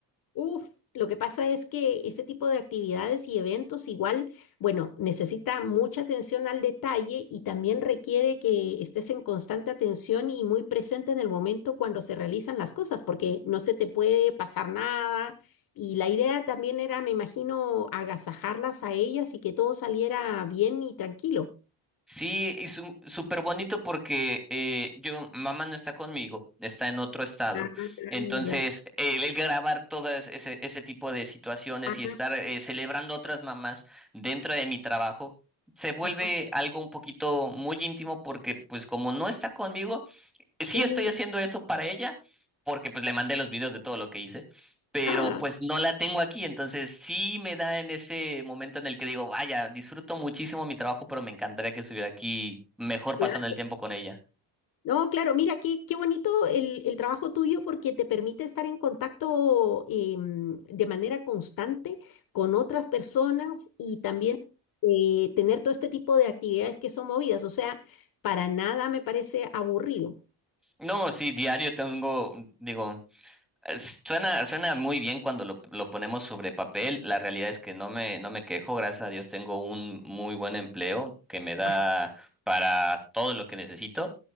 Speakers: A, on the left; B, in the centre.
A: Uf, lo que pasa es que ese tipo de actividades y eventos igual, bueno, necesita mucha atención al detalle y también requiere que estés en constante atención y muy presente en el momento cuando se realizan las cosas, porque no se te puede pasar nada. Y la idea también era, me imagino, agasajarlas a ellas y que todo saliera bien y tranquilo.
B: Sí, y su- súper bonito porque eh, yo, mamá no está conmigo, está en otro estado.
A: Ah,
B: Entonces,
A: ya.
B: el, el grabar todo es- ese, ese tipo de situaciones
A: Ah,
B: y estar eh, celebrando otras mamás dentro de mi trabajo, se vuelve
A: ajá,
B: algo un poquito muy íntimo porque, pues, como no está conmigo, sí
A: sí.
B: estoy haciendo eso para ella, porque pues le mandé los videos de todo lo que hice, pero
A: Ah,
B: pues no la tengo aquí, entonces sí me da en ese momento en el que digo, vaya, disfruto muchísimo mi trabajo, pero me encantaría que estuviera aquí mejor
A: claro.
B: pasando el tiempo con ella.
A: No, claro, mira, qué, qué bonito el, el trabajo tuyo porque te permite estar en contacto em, de manera constante con otras personas y también eh, tener todo este tipo de actividades que son movidas. O sea, para nada me parece aburrido.
B: No, sí, diario tengo, digo, Es- Suena, suena muy bien cuando lo, lo ponemos sobre papel. La realidad es que no me, no me quejo, gracias a Dios tengo un muy buen empleo que me da
A: Ajá,
B: para todo lo que necesito,